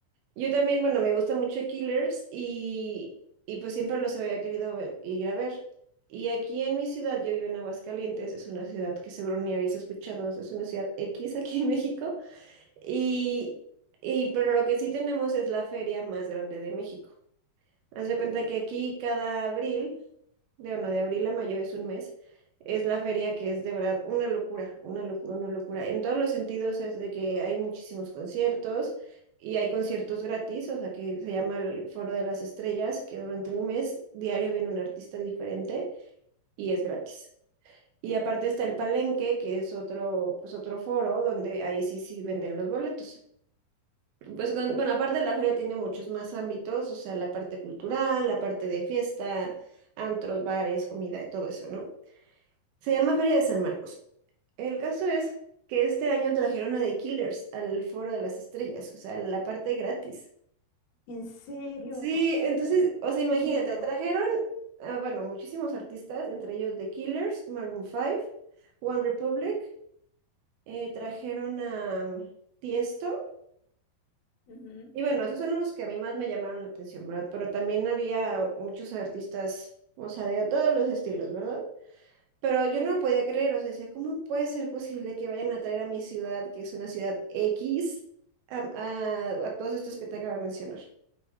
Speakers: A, on the right; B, on the left.
A: Yo también, bueno, me gusta mucho Killers y, y pues siempre los había querido ve- ir a ver. Y aquí en mi ciudad, yo vivo en Aguascalientes, es una ciudad que seguro ni habéis escuchado, es una ciudad X aquí en <laughs> México. Y, y pero lo que sí tenemos es la feria más grande de México. Haz de cuenta
B: Ok.
A: que aquí cada abril, de bueno, de abril a mayo es un mes, es la feria que es de verdad una locura, una locura, una locura. En todos los sentidos es de que hay muchísimos conciertos y hay conciertos gratis, o sea que se llama el Foro de las Estrellas, que durante un mes diario viene un artista diferente y es gratis. Y aparte está el Palenque, que es otro, pues otro foro donde ahí sí sí venden los boletos. Pues con- bueno, aparte la feria tiene muchos más ámbitos, o sea, la parte cultural, la parte de fiesta, antros, bares, comida y todo eso, ¿no? Se llama Feria de San Marcos. El caso es que este año trajeron a The Killers al Foro de las Estrellas, o sea, la parte gratis.
B: ¿En serio?
A: Sí, entonces, o sea, imagínate,
B: <laughs> No.
A: trajeron, ah, bueno, muchísimos artistas, entre ellos The Killers, Maroon Five, One Republic, eh, trajeron a mm, Tiesto.
B: Ujú.
A: Y bueno, esos son los que a mí más me llamaron la atención, ¿verdad? Pero también había muchos artistas, o sea, de todos los estilos, ¿verdad? Pero yo no lo podía creer, o sea, decía, ¿cómo puede ser posible que vayan a traer a mi ciudad, que es una ciudad X, a, a- a todos estos que te acabo de mencionar?